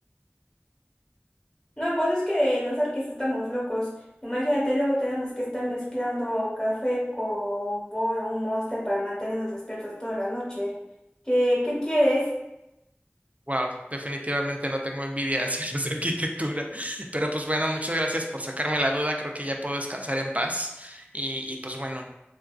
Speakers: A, on the left; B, on the right.
A: No, pues es que los arquis estamos locos. Imagínate, luego tenemos que estar mezclando café con bol o un monster para mantenernos despiertos toda la noche. ¿Qué, qué quieres?
B: Wow, definitivamente no tengo envidia <laughs> hacia los de arquitectura. <laughs> Pero pues bueno, muchas gracias por sacarme la duda. Creo que ya puedo descansar en paz. Y, y pues bueno,